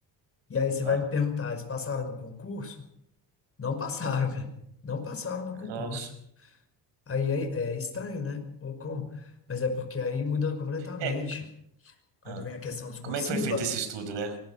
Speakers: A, on the left; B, on the right.
A: E aí você vai
B: ah,
A: me perguntar, eles passaram no concurso? Não passaram, <laughs> cara. Não passaram no concurso.
B: nossa.
A: Aí é, é estranho, né? Ou como? Mas é porque aí muda completamente.
B: É,
A: Quando
B: ah,
A: vem a questão discursiva,
B: como é que foi feito esse estudo, né?